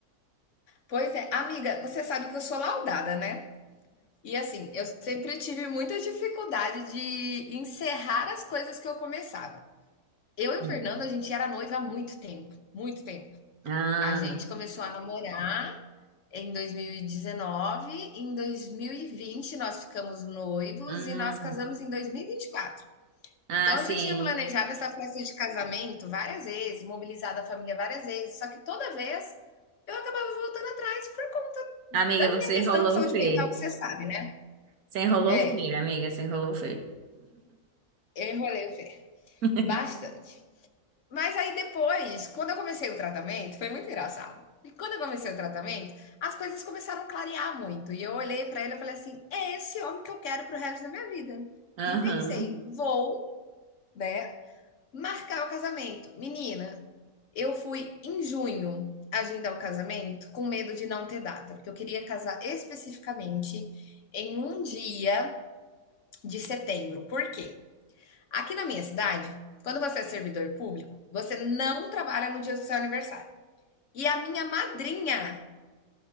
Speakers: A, on the left (about 60°); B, on the right (about 75°).
A: Pois é, amiga, você sabe que eu sou laudada, né? E assim, eu sempre tive muita dificuldade de encerrar as coisas que eu começava. Eu e o
B: Hum.
A: Fernando, a gente era noiva há muito tempo, muito tempo.
B: Ah,
A: A gente começou a namorar em 2019, em 2020 nós ficamos noivos
B: hum.
A: e nós casamos em dois mil e e vinte e quatro
B: Ah,
A: então,
B: sim.
A: eu já tinha planejado essa festa de casamento várias vezes, mobilizado a família várias vezes, só que toda vez eu acabava voltando atrás por conta
B: Amiga,
A: da
B: você
A: minha questão
B: enrolou
A: de saúde
B: o Fê.
A: mental, que você sabe, né?
B: Você enrolou
A: É,
B: o Fê, amiga, você enrolou o Fê.
A: eu enrolei o pé
B: <laughs>
A: bastante. Mas aí depois, quando eu comecei o tratamento, foi muito engraçado. E quando eu comecei o tratamento, as coisas começaram a clarear muito. E eu olhei para ele e falei assim: é esse homem que eu quero pro resto da minha vida.
B: Aham,
A: E pensei, vou, né, Marcar o casamento. Menina, eu fui em junho agendar o casamento com medo de não ter data, porque eu queria casar especificamente em um dia de setembro. Por quê? Aqui na minha cidade, quando você é servidor público, você não trabalha no dia do seu aniversário. E a minha madrinha